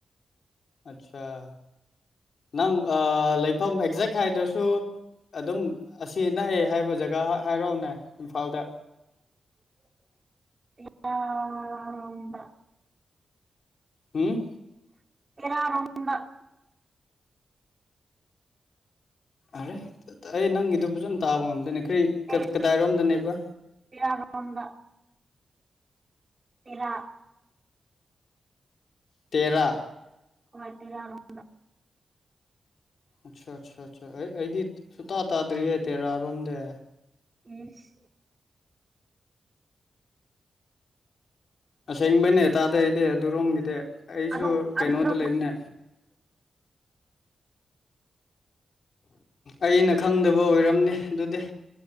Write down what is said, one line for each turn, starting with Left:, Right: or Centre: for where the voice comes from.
Left: ꯑꯠꯆꯥꯥ ꯅꯪ ꯂꯩꯐꯝ ꯑꯦꯛꯖꯦꯛ ꯍꯥꯏꯗ꯭ꯔꯁꯨ ꯑꯗꯨꯝ ꯑꯁꯤ ꯅꯛꯑꯦ ꯍꯥꯏꯕ ꯖꯒꯥ ꯍꯥꯏꯔꯛꯑꯣꯅꯦ ꯏꯝꯐꯥꯜꯗ
Right: <inaudible> ꯑꯥ
Left: ꯍꯨꯝ?
Right: <unintelligible>
Left: ꯑꯔꯦ ꯑꯩ ꯅꯪꯒꯤꯗꯨ ꯐꯖꯅ ꯇꯥꯕ ꯉꯝꯗꯦꯅꯦ ꯭ꯀꯔꯤ
Right: ꯑꯦ
Left: ꯀꯗꯥꯏꯔꯣꯝꯗꯅꯦꯕ
Right: ꯇꯦꯔꯥꯔꯣꯝꯗ ꯇꯦꯔꯥ
Left: ꯇꯦꯔꯥ
Right: ꯍꯣꯢ ꯇꯦꯔꯥ ꯔꯣꯝꯗ
Left: ꯑꯠꯆꯥ ꯑꯠꯆꯥ ꯑꯠꯆꯥ ꯑꯩ ꯑꯩꯗꯤ ꯁꯨꯇꯥ ꯇꯥꯗ꯭ꯔꯤꯌꯦ ꯇꯦꯔꯥꯔꯣꯝꯗ
Right: ꯢꯁ
Left: ꯑꯁꯦꯡꯕꯩꯅꯦ ꯇꯥꯥꯗꯦ ꯑꯩꯗꯤ ꯑꯗꯨꯔꯣꯝꯒꯤꯗꯤ ꯑꯩꯁꯨ
Right: ꯑꯗꯨꯝ
Left: ꯀꯩꯅꯣꯗ
Right: ꯑꯗꯨꯝ
Left: ꯂꯩꯕꯅꯦ ꯑꯩꯅ ꯈꯪꯗꯕ ꯑꯣꯏꯔꯝꯅꯤ ꯑꯗꯨꯗꯤ